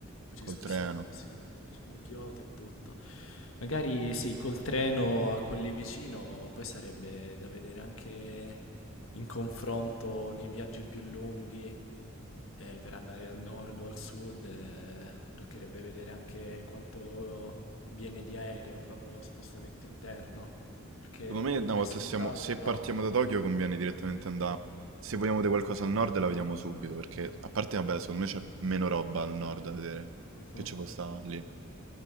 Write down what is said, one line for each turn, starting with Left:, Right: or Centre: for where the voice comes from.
Left: Poi
Right: col
Left: ci spostiamo,
Right: treno.
Left: sì. Facciamo Kyoto e tutto. Magari sì, col treno a quelli vicino, poi sarebbe da vedere anche in confronto nei viaggi più lunghi, eh, per andare al nord o al sud, eh, toccherebbe vedere anche quanto viene di aereo, proprio spostamento interno, perché
Right: Secondo me, una
Left: non
Right: volta
Left: è scontato,
Right: siamo, se
Left: però...
Right: partiamo da Tokyo, conviene direttamente andare. Se vogliamo vedere qualcosa al nord, la vediamo subito. Perché, a parte, vabbè, secondo me c'è meno roba al nord da vedere.
Left: Mhm.
Right: Che ci può stare lì? Al